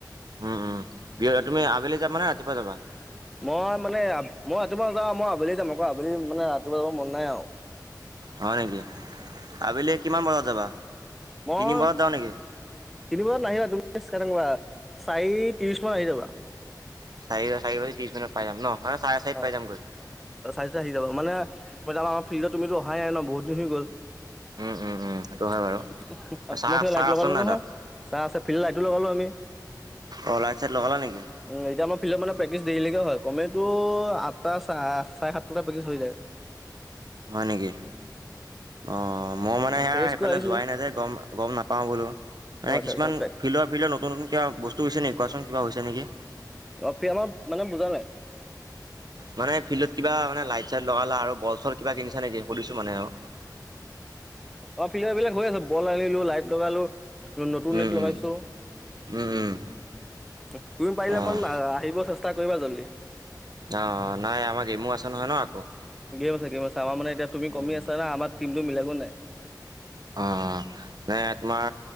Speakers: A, on the right (about 65°); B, in the centre.
A: উম, উম, দিয়া তুমি আবেলি যাবা নে ৰাতিপুৱা যাবা?
B: মই মানে মই ৰাতিপুৱা যাওঁ মই আবেলি যাম আকৌ আবেলি মানে ৰাতিপুৱা যাব মন নাই আও।
A: হয় নেকি। আবেলি কিমান বজাত যাবা
B: মই
A: তিনি বজাত যাও নেকি?
B: তিনি বজাত নাহিবা, তুমি <unintelligible> চাৰি ত্ৰিশ মান আহি যাবা।
A: চাৰি চাৰি বাজি ত্ৰিশ মিনিত পাই যাম ন, মানে চাৰে চাৰিত
B: হয়
A: পাই যাম গৈ।
B: চাৰে চাৰিটাত আহি যাব, মানে মই যে আমাৰ ফিল্ডত তুমিতো অহাই নাই ন বহুদিন হৈ গ'ল। <inaudible>
A: উম উম উম সেইটো হয় বাৰু
B: আমাৰ
A: চাহ
B: ফালে
A: চাহ
B: লাইট
A: আছ
B: লগালো
A: নাই
B: নহয়,
A: তাত
B: চাহ আছে ফিল্ডত লাইটো লগালো আমি।
A: অ', লাইট-চাইট লগালা নেকি?
B: উম, এতিয়া আমাৰ ফিল্ডৰ মানে প্ৰেক্টিচ দেৰিলৈকে হয়, কমেওতোৰ আঠটা চাৰে চাৰে সাতটালে প্ৰেক্টিচ হৈ যায়।
A: হয় নেকি? অ', মই মানে এইয়া
B: প্ৰেক্টিচ
A: সেইফালে
B: কৰি আহিছো
A: যোৱাই নাই যে, গম গম নাপাওঁ বোলো।
B: অ
A: এই,
B: আচ্ছা
A: কিছুমান
B: আচ্ছা
A: ফিল্ডৰ, ফিল্ডৰ নতুন, নতুন কিবা বস্তু হৈছে নেকি কোৱাচোন, কিবা হৈছে নেকি।
B: <unintelligible> মানে বুজা নাই?
A: মানে ফিল্ডত কিবা মানে লাইট-চাইট লগালা আৰু বল-চল কিবা কিনিছা নেকি সুধিছোঁ মানে আৰু।
B: অ', ফিল্ডাত এই বিলাক হৈ আছে, বল আনিলো লাইট লগালো, নতুন
A: উম
B: লাইট লগাইছোঁ।
A: উম উম, উম।
B: তু- তুমি পাৰিলে
A: অঁ
B: অকণ আ- আহিব চেষ্টা কৰিবা জল্দি।
A: অ', অ', নাই আমাৰ গ্ৰেমো আছে ন আকৌ।
B: গেম আছে, গেম আছে আমাৰ মানে এতিয়া তুমি
A: উম
B: কমি
A: উম
B: আছা না, আমাৰ টিমটো মিলাগৈ নাই।
A: অ', অ', নাই তোমাৰ